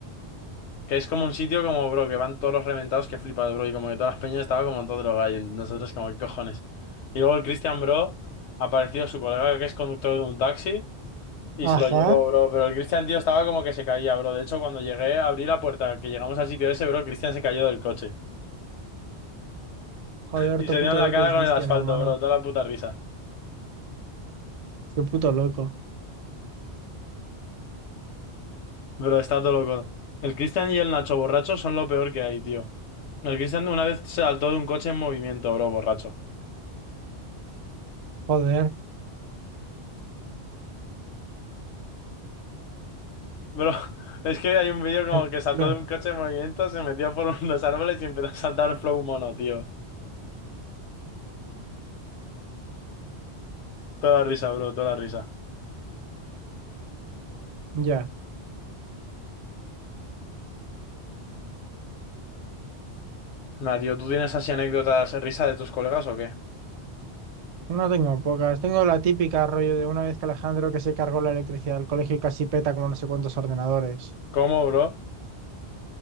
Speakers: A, on the left; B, on the right.
A: Que es como un sitio como, bro, que van todos los reventados que flipas, bro. Y como que todas las peñas estaba como todo drogado. Y nosotros como, ¿qué cojones? Y luego el Cristian, bro, apareció su colega que es conductor de un taxi y
B: ajá,
A: se lo llevó, bro. Pero el Cristian, tío, estaba como que se caía, bro. De hecho, cuando llegué, abrí la puerta, que llegamos al sitio ese, bro, Cristian se cayó del coche.
B: joder,
A: Y
B: todo
A: se
B: puto
A: dio en la
B: loco
A: cara
B: el Cristian,
A: con el asfalto,
B: hermano,
A: bro. Toda la puta risa.
B: qué puto loco,
A: Bro, está todo loco. El Cristian y el Nacho borracho son lo peor que hay, tío. El Cristian una vez se saltó de un coche en movimiento, bro, borracho.
B: joder,
A: Bro, <laughs> es que hay un vídeo como
B: qué
A: que saltó
B: locura.
A: de un coche en movimiento, se metió por <laughs> unos árboles y empezó a saltar flow mono, tío. Toda la risa, bro, toda la risa.
B: Ya,
A: Nadio, ¿tú tienes así anécdotas risa de tus colegas o qué?
B: no tengo pocas. Tengo la típica rollo de una vez que Alejandro que se cargó la electricidad del colegio y casi peta como no sé cuántos ordenadores.
A: ¿Cómo, bro?